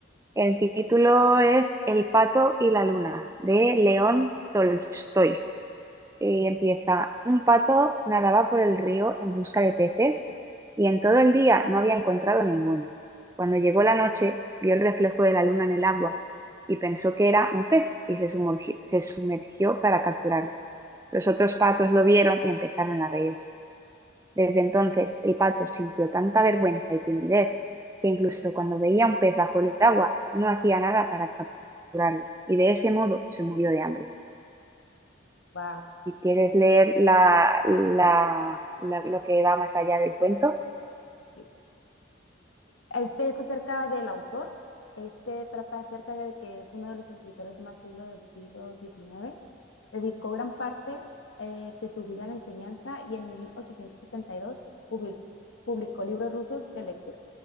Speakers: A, on the right (about 15°); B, on the left (about 80°).
A: El título es El pato y la luna, de León Tolstoy. Y
B: Ok,
A: empieza, un pato nadaba por el río en busca de peces y en todo el día no había encontrado ninguno. Cuando llegó la noche, vio el reflejo de la luna en el agua y pensó que era un pez y se sumergió, se sumergió para capturarlo. Los otros patos lo vieron y empezaron a reírse. Desde entonces el pato sintió tanta vergüenza y timidez que incluso cuando veía un pez bajo el agua no hacía nada para escapar y de ese modo se murió de hambre.
B: Wow,
A: ¿Y quieres leer la, la- la- lo que va más allá del cuento?
B: ok. Este es acerca del autor, este trata acerca de que es uno de los escritores más siglo del siglo XIX. Dedicó gran parte eh, de su vida a la enseñanza y en 1872 public- publicó publicó libros rusos de lectura,